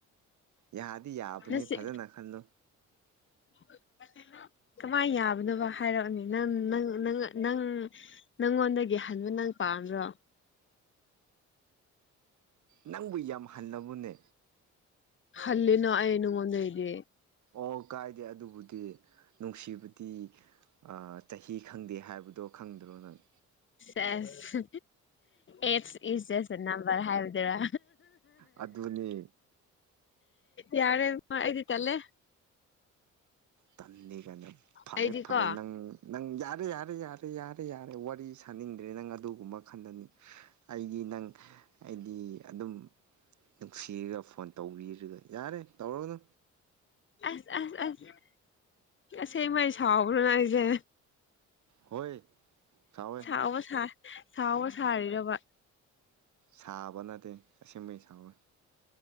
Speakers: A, on the right; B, on the left.
A: ꯌꯥꯗꯤ ꯌꯥꯕꯅꯤ
B: ꯅꯆꯦ
A: ꯐꯖꯅ ꯈꯜꯂꯨ
B: <inaudible> ꯀꯃꯥꯏ ꯌꯥꯕꯅꯣꯕ ꯍꯥꯏꯔ‌ꯑꯣꯅ‌ꯦ ꯅꯪ ꯅꯪ ꯅꯪ ꯅꯪ ꯅꯪꯉꯣꯟꯗꯒꯤ ꯍꯟꯕ ꯅꯪ ꯄꯥꯝꯕ꯭ꯔꯣ
A: ꯅꯪꯕꯨ ꯌꯥꯝ ꯍꯜꯂꯕ‌ꯣꯅꯦ
B: ꯍꯜꯂꯤꯅꯥ ꯑꯩ ꯅꯉ‌ꯣꯟꯗꯩꯗꯤ
A: ꯑꯣ ꯀꯥꯏꯗꯦ ꯑꯗꯨꯕꯨꯗꯤ ꯅꯨꯡꯁꯤꯕꯗꯤ ꯑꯥ ꯆꯍꯤ ꯈꯪꯗꯦ ꯍꯥꯏꯕꯗꯣ ꯈꯪꯗ꯭ꯔꯣ ꯅꯪ
B: ꯁ‌ꯦꯁ ꯑꯦꯠꯁ ꯏꯁ ꯖꯁ ꯑꯥ ꯅꯝꯕꯔ ꯍꯥꯏꯕꯗꯨꯔꯥ
A: ꯑꯗꯨꯅꯤ
B: ꯌꯥꯔꯦ ꯃꯥ ꯑꯩꯗꯤ ꯇꯜꯂꯦ
A: ꯇꯟꯅꯤꯒꯅꯨ ꯐꯔꯦ
B: ꯑꯩꯗꯤꯀꯣ
A: ꯐꯔꯦ ꯅꯪ ꯅꯪ ꯌꯥꯔꯦ ꯌꯥꯔꯦ ꯌꯥ ꯔꯦ ꯌꯥꯔꯦ ꯋꯥꯔꯤ ꯁꯥꯅꯤꯡꯗ꯭ꯔꯦ ꯅꯪ ꯑꯗꯨꯒꯨꯝꯕ ꯈꯟꯗꯅꯤ ꯑꯩ ꯗꯤ ꯅꯪ ꯑꯩꯗꯤ ꯑꯗꯨꯝ ꯅꯨꯡꯁꯤꯔ ꯐꯣꯟ ꯇꯧꯕꯤꯔꯒ ꯌꯥꯔꯦ ꯇꯧꯔꯅꯨ
B: ꯑꯁ ꯑꯁ ꯑꯁ ꯉꯁꯦꯡꯃꯩ ꯁꯥꯎꯕ꯭ꯔꯣ ꯍꯥꯏꯖꯦ
A: ꯍꯣꯏ ꯁꯥꯎꯌꯦ
B: ꯁꯥꯎꯕ ꯁꯥ ꯁꯥꯎꯕ ꯁꯥꯔꯤꯔꯕ
A: ꯁꯥꯕ ꯅꯠꯇꯦ ꯑꯁꯦꯡꯕꯩ ꯁꯥꯎꯌꯦ